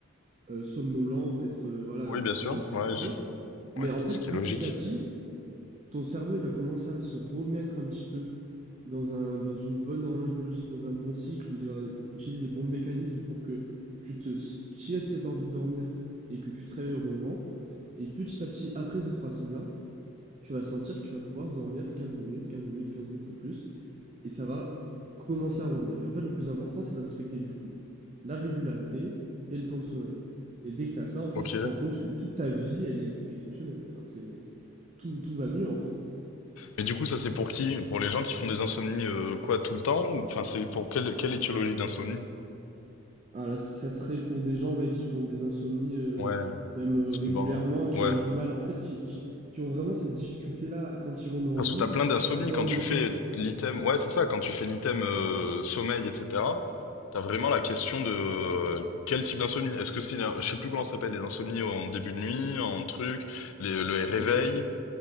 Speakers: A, on the right; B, on the left.
A: euh, somnolent, peut-être euh, voilà, euh,
B: Oui, bien
A: si
B: sûr.
A: tu dors
B: Ouais.
A: pas assez.
B: je-
A: Mais
B: Ouais.
A: en fait,
B: Ce qui
A: petit
B: est logique.
A: à petit, ton cerveau, il va commencer à se remettre un petit peu dans un, dans une bonne horloge biologique, dans un bon cycle, où il va utiliser les bons mécanismes pour que tu te, s- tu aies cette envie de dormir et que tu te réveilles au bon moment. Et petit à petit, après ces trois semaines-là, tu vas sentir que tu vas pouvoir dormir 15 minutes, 15 minutes, 15 minutes en plus, et ça va commencer à revenir. Et en fait, le plus important, c'est de respecter du coup la régularité et le temps de sommeil. Et dès que tu as ça, en fait,
B: Ok.
A: tu te rends compte que toute ta vie, elle est exceptionnelle. Enfin, c'est tout, tout va mieux en fait.
B: Et du coup, ça, c'est pour qui? Pour les gens qui font des insomnies, euh, quoi, tout le temps? Ou, enfin, c'est pour quelle, quelle étiologie d'insomnie?
A: Alors là, ça serait pour des gens ouais, qui font des insomnies euh,
B: Ouais,
A: quand même euh,
B: souvent,
A: régulièrement, qui
B: ouais.
A: ont du mal, en fait, qui, qui, qui ont vraiment cette difficulté-là quand ils vont dans
B: Parce
A: le lit
B: que t'as plein d'insomnie
A: à dormir.
B: quand tu fais l'item, ouais, c'est ça, quand tu fais l'item euh, sommeil, etc., t'as vraiment la question de euh, quel type d'insomnie. Est-ce que c'est, la- je sais plus comment ça s'appelle, les insomnies en début de nuit, en truc, les, le réveil.
A: Ok.